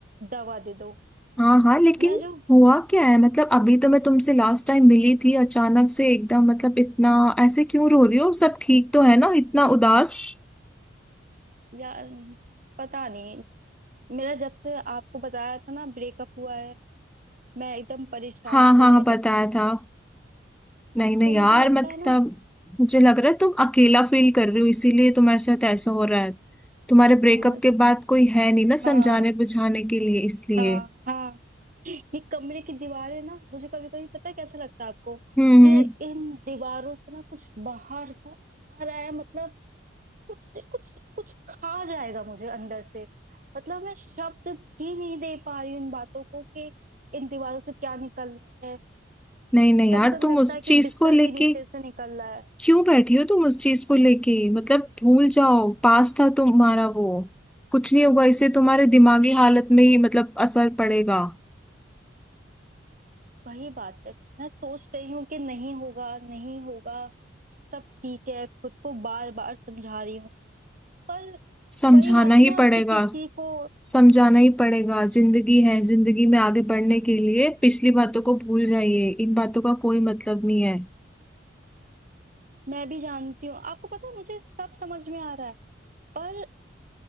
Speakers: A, on the right; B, in the centre.
A: दवा दे दो
B: हाँ हाँ लेकिन
A: मैं जो
B: हुआ क्या है मतलब अभी तो मैं तुमसे लास्ट टाइम मिली थी अचानक से एकदम मतलब इतना ऐसे क्यों रो रही हो सब ठीक तो है ना इतना उदास
A: यार पता नहीं मेरा जब से आपको बताया था ना ब्रेकअप हुआ है मैं एकदम परेशान
B: हाँ
A: सी
B: हाँ
A: रहने
B: हाँ, बताया
A: लगी हूँ
B: था नहीं नहीं
A: तो मुझे
B: यार
A: लगता
B: मतलब
A: है ना
B: मुझे लग रहा है तुम अकेला फील कर रही हो इसीलिए तुम्हारे साथ ऐसा हो रहा है तुम्हारे ब्रेकअप
A: हाँ
B: के बाद कोई है नहीं ना
A: हाँ
B: समझाने बुझाने के लिए इसलिए
A: हाँ हाँ ये कमरे की दीवारें ना मुझे कभी कभी पता है कैसे लगता है आपको
B: हम्म
A: कि
B: हम्म।
A: इन दीवारों से ना कुछ बाहर सा आ रहा है मतलब कुछ कुछ कुछ खा जाएगा मुझे अंदर से मतलब मैं शब्द भी नहीं दे पा रही हूँ इन बातों को कि इन दीवारों से क्या निकल रहा है
B: नहीं नहीं यार
A: कभी कभी
B: तुम
A: लगता
B: उस
A: है कि
B: चीज
A: बिस्तर
B: को लेके
A: के नीचे से निकल रहा है
B: क्यों बैठी हो तुम उस चीज को लेके मतलब भूल जाओ पास था तुम्हारा वो कुछ नहीं होगा इससे तुम्हारे दिमागी हालत में ही मतलब असर पड़ेगा
A: वही बात है मैं सोच रही हूँ कि नहीं होगा नहीं होगा सब ठीक है खुद को बार बार समझा रही हूँ पर
B: समझाना
A: वही बात
B: ही
A: है ना
B: पड़ेगा
A: कि किसी को
B: समझाना ही पड़ेगा जिंदगी है जिंदगी में आगे बढ़ने के लिए पिछली बातों को भूल जाइए इन बातों का कोई मतलब नहीं है
A: मैं भी जानती हूँ आपको पता है मुझे सब समझ में आ रहा है पर